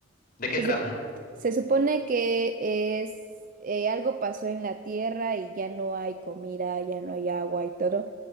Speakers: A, on the left; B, on the right.
A: ¿De qué
B: Se,
A: trama?
B: sup- se supone que es eh, algo pasó en la tierra y ya no hay comida, ya no hay agua y todo.